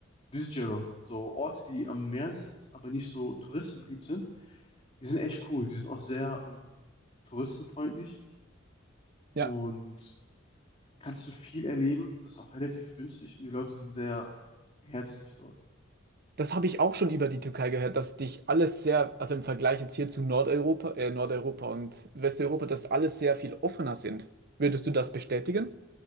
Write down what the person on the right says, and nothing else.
Ja,
das habe ich auch schon über die Türkei gehört, dass dich alles sehr, also im Vergleich jetzt hier zu Nordeuropa, äh, Nordeuropa und Westeuropa, dass alles sehr viel offener sind. Würdest du das bestätigen?